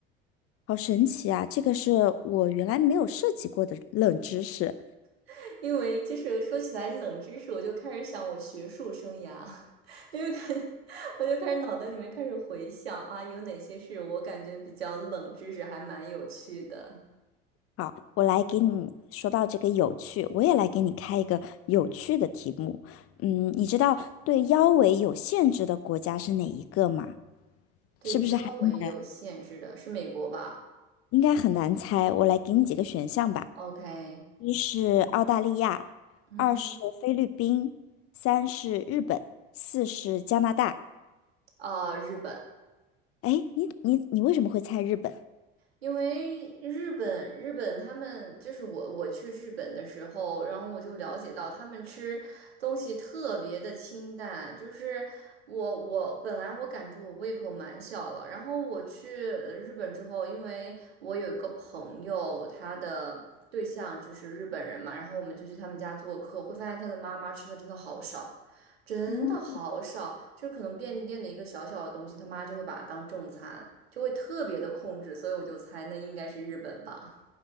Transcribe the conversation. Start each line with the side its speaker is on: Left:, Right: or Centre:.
Left: 好神奇啊！这个是我原来没有涉及过的冷知识。
Right: <laughs> 因为就是说起来冷知识，我就开始想我学术生涯。<laughs> 因为看，<laughs> 我就开始脑袋里面开始回想啊，有哪些是我感觉比较冷知识，还蛮有趣的。
Left: 好，我来给你说到这个有趣，我也来给你开一个有趣的题目。嗯，你知道对腰围有限制的国家是哪一个吗？
Right: 对腰围有限制的是美国吧
Left: 是不是很难？应该很难猜。我来给你几个选项吧。
Right: ？OK，
Left: 一是澳大利亚，
Right: 嗯哼，
Left: 二是菲律宾，三是日本，四是加拿大。
Right: 啊，日本，
Left: 哎，你你你为什么会猜日本？
Right: 因为日本，日本他们就是我我去日本的时候，然后我就了解到他们吃东西特别的清淡，就是我我本来我感觉我胃口蛮小了，然后我去呃日本之后，因为我有一个朋友，他的对象就是日本人嘛，然后我们就去他们家做客，会发现他的妈妈吃的真的好少。真的好少，
Left: 嗯，
Right: 就是可能便利店的一个小小的东西，他妈就会把它当正餐，就会特别的控制，所以我就猜那应该是日本吧。